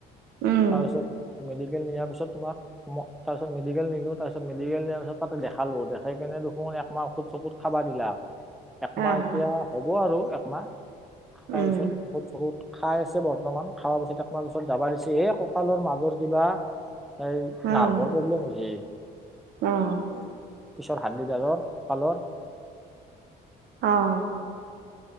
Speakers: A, on the right; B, in the centre.
A: উম,
B: তাৰপিছত মেডিকেল নিয়াৰ পিছত তোমাক। ম‌ই তাৰিছত মেডিকেল নিলো তাৰ পিছ মেডিকেল নিয়াৰ পিছত তাতে দেখালো দেখাই কিনে দুখুন একমাহ অখুদ-চখুত খাই। খাবা দিলাক। একমাহ
A: অ',
B: এতিয়া হ'ব আৰু একমাহ,
A: উম,
B: তাৰপিছত অখুদ-চখুদ। খাই আছে বৰ্তমান, খাৱাৰ পিছত একমাহ পিছত যাবা দিছি, এই কঁকালৰ মাজৰ কিবা। এই
A: অ',
B: নাৰ্ভৰ প্ৰব্লেম হৈছি।
A: অ'।
B: পিছৰ হাদ্দিডালৰ কঁকালত।
A: অ'।